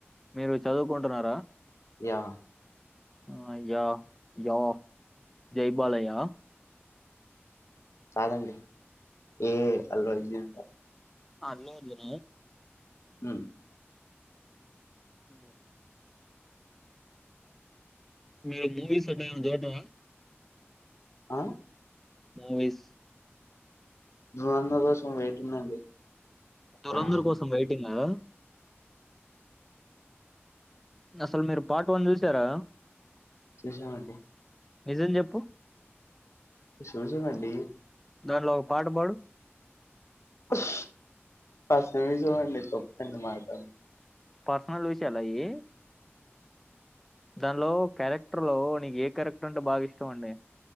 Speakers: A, in the centre; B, on the left.
A: మీరు చదువుకుంటున్నారా
B: యా
A: ఆ యా యా జై బాలయ్య
B: చలండి ఏ అల్లు అర్జున్
A: అలాయ జనే
B: ఉ
A: ఉ మీరు మూవీస్ అట్ల ఏమన్నా దొవులాడుతారా
B: ఆ
A: మూవీస్
B: నువ్ అందరి కోసం వెయిటింగ్ అండి
A: దురంధర్
B: హ్మ్.
A: కోసం వెయిటింగ్ గా అసలు మీరు పార్ట్ వన్ చూసారా
B: చూశాం అండి
A: నిజం చెప్పు
B: చూశా వండి
A: దాంట్లో ఒక పాట పాడు
B: పస్ ఫస్ట్ మీరు చూడండి తప్పండి మాట
A: పర్సనల్ విషయాలయి దానిలో క్యారెక్టర్ లో నీకు ఏ క్యారెక్టర్ అంటే బాగా ఇష్టం అండి